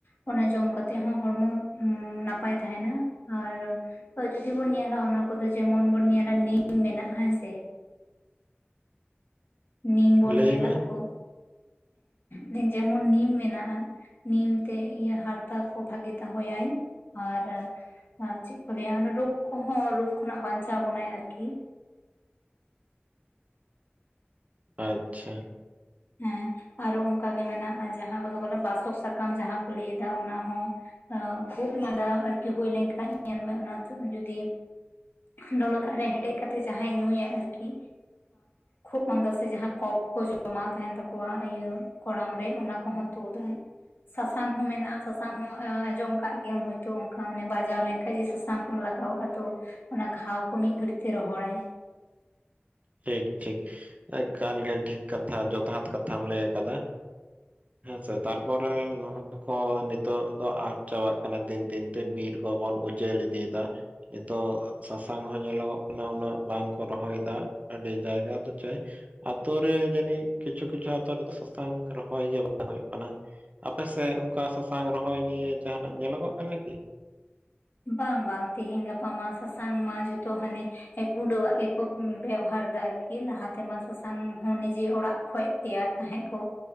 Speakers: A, on the left (about 60°); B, on the right (about 35°).
A: ᱚᱱᱟ ᱡᱚᱢ ᱠᱟᱛᱮᱜ ᱦᱚᱸ ᱦᱚᱲᱢᱚ ᱱᱟᱯᱟᱭ ᱛᱟᱦᱮᱱᱟ ᱟᱨ ᱡᱩᱫᱤ ᱵᱚᱱ ᱧᱮᱞᱟ ᱚᱱᱟ ᱠᱚᱫᱚ ᱡᱮᱢᱚᱱ ᱵᱚᱱ ᱧᱮᱞᱟ ᱱᱤᱢ ᱢᱮᱱᱟᱜᱼᱟ ᱦᱮᱸ ᱥᱮ ᱱᱤᱢ ᱵᱚᱱ
B: ᱞᱟᱹᱭ
A: ᱧᱮᱞᱟ
B: ᱢᱮ
A: ᱟᱵᱚ ᱦᱮᱸ ᱡᱮᱢᱚᱱ ᱱᱤᱢ ᱢᱮᱱᱟᱜᱼᱟ ᱱᱤᱢ ᱛᱮ ᱤᱭᱟᱹ ᱦᱟᱨᱛᱟ ᱠᱚ ᱵᱷᱟᱹᱜᱤᱭ ᱫᱚᱦᱚᱭᱟᱭ ᱟᱨ ᱟᱨ ᱪᱮᱫ ᱠᱚ ᱞᱟᱹᱭᱟ ᱨᱳᱜᱽ ᱠᱚᱦᱚᱸ ᱨᱳᱜᱽ ᱠᱷᱚᱱᱟᱜ ᱵᱟᱧᱪᱟᱣ ᱵᱚᱱᱟᱭ ᱟᱨᱠᱤ
B: ᱟᱪᱪᱷᱟ
A: ᱦᱮᱸ ᱟᱨᱦᱚᱸ ᱚᱱᱠᱟᱜᱮ ᱢᱮᱱᱟᱜᱼᱟ ᱡᱟᱦᱟᱸ ᱠᱚᱫᱚ ᱵᱟᱥᱚᱠ ᱥᱟᱠᱟᱢ ᱡᱟᱦᱟᱸᱠᱚ ᱞᱟᱹᱭᱫᱟ ᱚᱱᱟ ᱦᱚᱸ ᱠᱷᱩᱜ ᱢᱟᱸᱫᱟ ᱟᱨᱠᱤ ᱦᱩᱭ ᱞᱮᱱᱠᱷᱟᱡ ᱧᱮᱞᱢᱮ ᱚᱱᱟᱛᱮ ᱡᱩᱫᱤ ᱞᱚᱞᱚ ᱫᱟᱜ ᱨᱮ ᱦᱮᱰᱮᱡ ᱠᱟᱛᱮᱫ ᱡᱟᱦᱟᱸᱭ ᱧᱩᱭᱟᱭ ᱟᱨᱠᱤ ᱠᱷᱩᱜ ᱢᱟᱸᱫᱟ ᱥᱮ ᱡᱟᱦᱟᱸ ᱠᱚᱯ ᱠᱚ ᱡᱚᱢᱟ ᱛᱟᱦᱮᱱ ᱛᱟᱠᱚᱣᱟ ᱤᱭᱟᱹ ᱠᱚᱲᱟᱢ ᱨᱮ ᱚᱱᱟ ᱠᱚᱦᱚᱸ ᱛᱩᱫᱟᱹᱧ ᱥᱟᱥᱟᱝ ᱦᱚᱸ ᱢᱮᱱᱟᱜᱼᱟ ᱥᱟᱥᱟᱝ ᱦᱚᱸ ᱟᱸᱡᱚᱢ ᱟᱠᱟᱜ ᱜᱮᱭᱟᱢ ᱦᱳᱭᱛᱳ ᱚᱱᱠᱟ ᱢᱟᱱᱮ ᱵᱟᱡᱟᱣ ᱞᱮᱱ ᱠᱷᱟᱹᱡᱤ ᱥᱟᱥᱟᱝ ᱠᱚᱢ ᱞᱟᱹᱜᱟᱣᱟᱜᱼᱟ ᱛᱚ ᱚᱱᱟ ᱜᱷᱟᱣ ᱠᱚ ᱢᱤᱫ ᱜᱷᱟᱹᱲᱤᱡ ᱛᱮ ᱨᱚᱦᱚᱲᱟᱭ
B: ᱴᱷᱤᱠ ᱴᱷᱤᱠ ᱮᱠᱟᱞ ᱜᱮ ᱴᱷᱤᱠ ᱠᱟᱛᱷᱟ ᱡᱚᱛᱷᱟᱛ ᱠᱟᱛᱷᱟᱢ ᱞᱟᱹᱭ ᱟᱠᱟᱫᱟ ᱦᱮᱸ ᱥᱮ ᱛᱟᱨᱯᱚᱨᱮ ᱱᱚᱜᱼᱱᱚᱣᱟ ᱠᱚ ᱱᱤᱛᱚᱜ ᱫᱚ ᱟᱫ ᱪᱟᱵᱟᱜ ᱠᱟᱱᱟ ᱫᱤᱱ ᱫᱤᱱ ᱛᱮ ᱵᱤᱨ ᱠᱚᱵᱚᱱ ᱩᱡᱟᱹᱲ ᱤᱫᱤᱭᱮᱫᱟ ᱱᱤᱛᱚᱜ ᱥᱟᱥᱟᱝ ᱦᱚᱸ ᱧᱮᱞᱚᱜᱚᱜ ᱠᱟᱱᱟ ᱩᱱᱟᱹᱜ ᱵᱟᱝ ᱠᱚ ᱨᱚᱦᱚᱭᱮᱫᱟ ᱟᱹᱰᱤ ᱡᱟᱭᱜᱟ ᱫᱚ ᱪᱮᱫ ᱟᱛᱩ ᱨᱮ ᱡᱟᱹᱱᱤᱡ ᱠᱤᱪᱷᱩ ᱠᱤᱪᱷᱩ ᱟᱛᱩ ᱨᱮᱫᱚ ᱥᱟᱥᱟᱝᱹ ᱨᱚᱦᱚᱭ ᱜᱮᱭᱟ <unintelligible> ᱵᱟᱝ ᱦᱩᱭᱩᱜᱹ ᱠᱟᱱᱟ ᱟᱯᱮ ᱥᱮᱫ ᱚᱱᱠᱟ ᱥᱟᱥᱟᱝ ᱨᱚᱦᱚᱭ ᱱᱤᱭᱮ ᱡᱟᱦᱟᱱᱟᱼᱜ ᱧᱮᱞᱚᱜᱚᱜ ᱠᱟᱱᱟ ᱠᱤ
A: ᱵᱟᱝ ᱵᱟᱝ ᱛᱮᱦᱮᱧ ᱜᱟᱯᱟᱹ ᱢᱟ ᱥᱟᱥᱟᱝ ᱢᱟ ᱡᱚᱛᱚ ᱦᱟᱱᱮ <unintelligible> ᱜᱩᱸᱰᱟᱹᱣᱟᱜ ᱜᱮᱠᱚ ᱵᱮᱣᱦᱟᱨ ᱮᱟ ᱟᱨᱠᱤ ᱞᱟᱦᱟ ᱛᱮᱢᱟ ᱥᱟᱥᱟᱝ ᱦᱚᱸ ᱱᱤᱡᱮ ᱚᱲᱟᱜ ᱠᱷᱚᱡ ᱛᱮᱭᱟᱨ ᱛᱟᱦᱮᱸᱫ ᱠᱚ